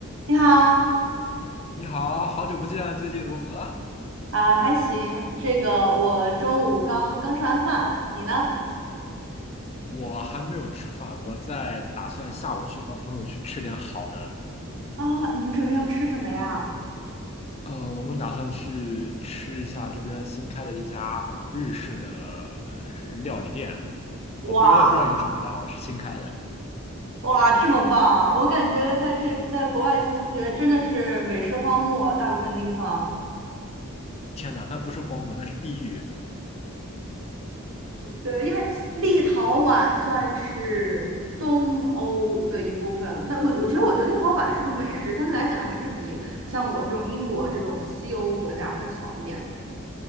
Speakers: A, on the right (about 70°); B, on the left (about 30°).
A: 你好
B: 你好，好久不见，最近如何？
A: 啊，还行。这个我中午刚刚吃完饭，你呢？
B: 我还没有吃饭，我在打算下午去和朋友去吃点好的。
A: 啊，你们准备要吃什么呀？
B: 呃，我们打算去吃一下这边新开的一家日式的呃是料理店，
A: 哇
B: 我不我也不知道有什么，但好像是新开的。
A: 哇，这么棒啊！我感觉在这在国外求学真的是美食荒漠，大部分地方。
B: 天哪，那不是荒漠，那是地狱。
A: 对，因为立陶宛算是东欧的一部分。那我我其实我觉得立陶宛是不是美食相对来讲还是比像我这种英国这种西欧国家会好一点呢？